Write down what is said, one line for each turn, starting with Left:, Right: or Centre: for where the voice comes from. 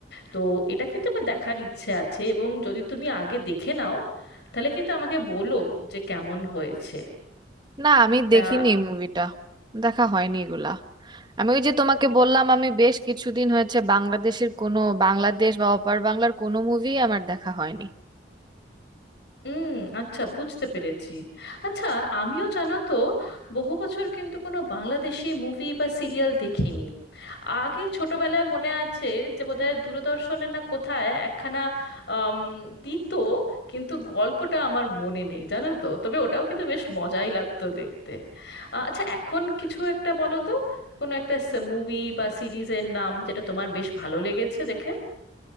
Left: তো এটা কিন্তু আমার দেখার ইচ্ছে আছে এবং যদি তুমি আগে দেখে নাও তাহলে কিন্তু আমাকে বলো যে কেমন হয়েছে
Right: না আমি
Left: তা
Right: দেখিনি মুভিটা দেখা হয়নি এগুলা আমি ওই যে তোমাকে বললাম আমি বেশ কিছুদিন হয়েছে বাংলাদেশের কোনো বাংলাদেশ বা অপার বাংলার কোনো মুভি আমার দেখা হয়নি
Left: হুম আচ্ছা বুঝতে পেরেছি আচ্ছা আমিও জানো তো বহু বছর কিন্তু কোনো বাংলাদেশি মুভি বা সিরিয়াল দেখিনি আগে ছোটবেলায় মনে আছে যে বোধহয় দূরদর্শনে না কোথায় একখানা আম, দিত কিন্তু গল্পটা আমার মনে নেই জানো তো তবে ওটাও কিন্তু বেশ মজাই লাগতো দেখতে আ, আচ্ছা এখন কিছু একটা বলো তো কোনো একটা মুভি বা সিরিজের নাম যেটা তোমার বেশ ভালো লেগেছে দেখে